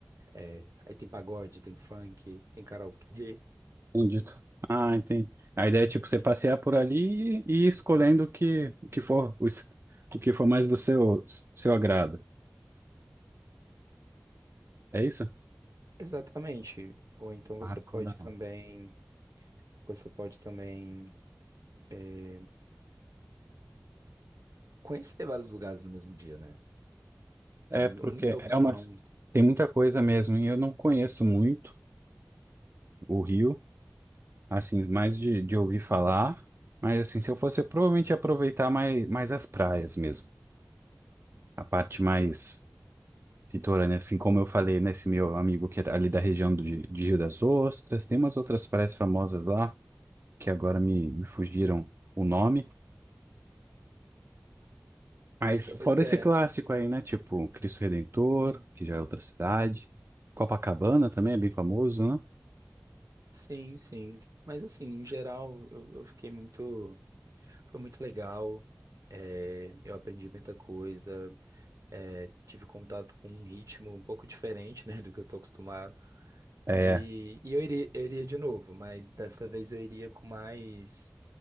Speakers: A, on the right; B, on the right.
A: é, aí tem pagode, tem funk, tem karaokê.
B: Entendido. Ah, entendi. A ideia é tipo você passear por ali e ir escolhendo o que, o que for o, es- o que for mais do seu seu agrado. É isso?
A: Exatamente. Ou então você
B: Marco
A: pode
B: da
A: também, você pode também é, conhecer vários lugares no mesmo dia, né?
B: É
A: É mu-
B: porque
A: muita opção.
B: é uma tem muita coisa mesmo e eu não conheço muito o Rio, assim, mais de, de ouvir falar, mas assim, se eu fosse, eu provavelmente ia aproveitar mais, mais as praias mesmo, a parte mais litorânea, assim como eu falei nesse meu amigo que é ali da região do, de de Rio das Ostras, tem umas outras praias famosas lá que agora me, me fugiram o nome, mas
A: Pois
B: fora
A: é,
B: esse clássico aí, né, tipo Cristo Redentor, que já é outra cidade, Copacabana também é bem famoso, né?
A: sim, sim. Mas assim, em geral, eu, eu fiquei muito. Foi muito legal. É, eu aprendi muita coisa. É, tive contato com um ritmo um pouco diferente, né, do que eu tô acostumado.
B: É,
A: E, e eu iria, eu iria de novo, mas dessa vez eu iria com mais,